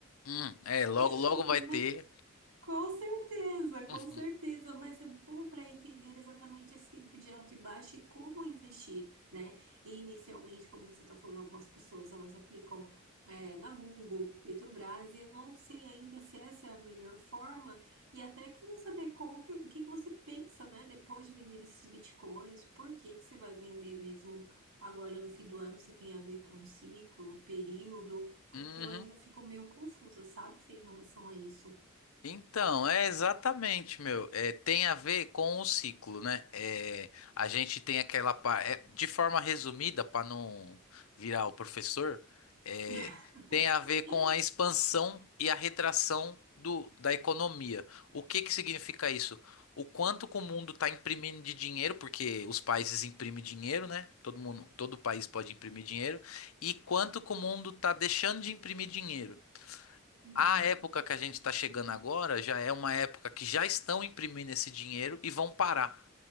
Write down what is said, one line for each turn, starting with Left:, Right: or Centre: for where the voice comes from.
Left: Hum, é, logo,
Right: <laughs>
Left: logo vai ter.
Right: Com certeza,
Left: <laughs>
Right: com certeza, mas é bom para entender exatamente esse tempo de alto e baixo e como investir, né? E inicialmente, como você está falando, algumas pessoas elas aplicam é, na Google, Petrobras, e eu não sei ainda se essa é a melhor forma, e até que não saber como que, o que que você pensa, né? Depois de vender esses bitcoins, por que que você vai vender mesmo agora no fim do ano, se tem a ver com ciclo, período, porque
Left: Uhum.
Right: eu ainda fico meio confusa, sabe, Fê, em relação a isso.
Left: Então, é exatamente, meu. É, tem a ver com o ciclo, né? É, a gente tem aquela parte. de forma resumida, para não virar o professor, é,
Right: <laughs>
Left: tem a ver com a expansão e a retração do, da economia. O que que significa isso? O quanto que o mundo está imprimindo de dinheiro, porque os países imprimem dinheiro, né? Todo mundo, todo país pode imprimir dinheiro, e quanto que o mundo está deixando de imprimir dinheiro.
Right: Uhum.
Left: A época que a gente está chegando agora já é uma época que já estão imprimindo esse dinheiro e vão parar.